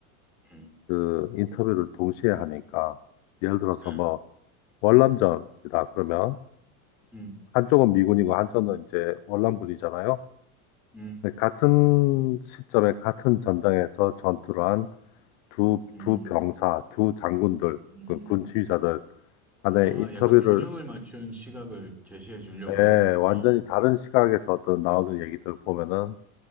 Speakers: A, in the centre; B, on the left.
A: 음,
B: 그 인터뷰를 동시에 하니까, 예를 들어서
A: 네,
B: 뭐, 월남전이다, 그러면,
A: 음,
B: 한쪽은 미군이고, 한쪽은 이제 월남군이잖아요.
A: 음,
B: 근데 같은 시점에, 같은 전장에서 전투를 한 두,
A: 음,
B: 두 병사, 두 장군들,
A: 음.
B: 그 군 지휘자들 간의
A: 아,
B: 인터뷰를,
A: 약간 균형을 맞춘 시각을 제시해 주려고,
B: 예, 완전히
A: 어,
B: 다른 시각에서 어떤 나오는 얘기들 보면은,